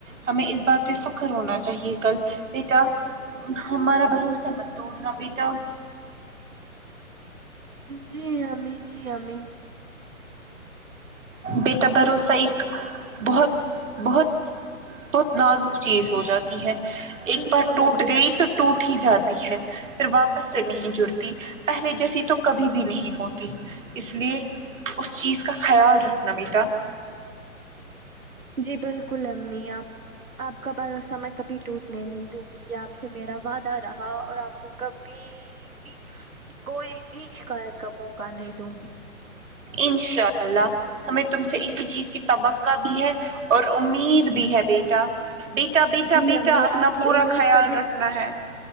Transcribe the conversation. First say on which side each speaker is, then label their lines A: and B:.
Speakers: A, on the right (about 65°); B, on the right (about 80°).
A: ہمیں اس بات پہ فخر ہونا چاہیے کل بیٹا ہمارا بھروسا مت ٹوڈھنا بیٹا
B: جی امی جی امی
A: بیٹا بھروسہ ایک بہت بہت بہت نازک چیز ہو جاتی ہے ایک
B: بالکل
A: بار ٹوٹ
B: امی
A: گئی تو ٹوٹ ہی جاتی ہے پھر واپس سے نہیں جڑتی پہلے جیسی تو کبھی بھی نہیں ہوتی اس لیے اس چیز کا خیال رکھنا بیٹا
B: جی بالکل امی آپ آپ کا بھروسا میں کبھی ٹوٹنے نہیں دوں گی یہ آپ سے میرا وعدہ رہا اور آپ کو کبھی کوئی بھی شکایت کا موقع نہیں دونگی
A: انشاء اللہ ہمیں تم سے اسی چیز کی توقع بھی ہے اور امید بھی ہے بیٹا بیٹا بیٹا
B: جی
A: بیٹا
B: امی
A: اپنا
B: آپ کی
A: پورا
B: امید
A: خیال
B: کبھی
A: رکھنا ہے